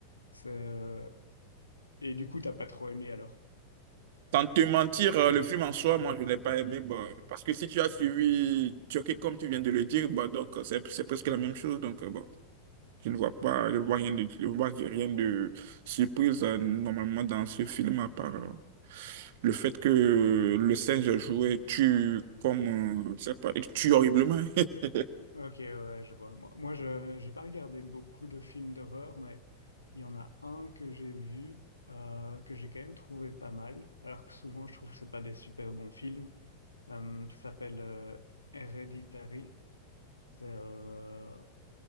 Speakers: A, on the left; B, on the right.
A: C'est, euh, Et du coup, t'as pas trop aimé alors?
B: Tant te mentir, euh, le film en soi, moi, je l'ai pas aimé, bah, parce que si tu as suivi Turquie, comme tu viens de le dire, bah, donc, euh, c'est, c'est presque la même chose, donc, euh, bon. Je ne vois pas, je ne vois rien de, je ne vois rien de surprise euh, normalement dans ce film à part euh, le fait que le singe joué tue comme, euh, je sais pas, il tue horriblement. <laughs>
A: Ok, ouais, ouais, je vois. Moi, moi, je j'ai pas regardé beaucoup de films d'horreur, mais il y en a un que j'ai vu euh, que j'ai quand même trouvé pas mal, alors que souvent je trouve que c'est pas des super bons films. Euh, ça s'appelle euh, Hereditary. C'est euh,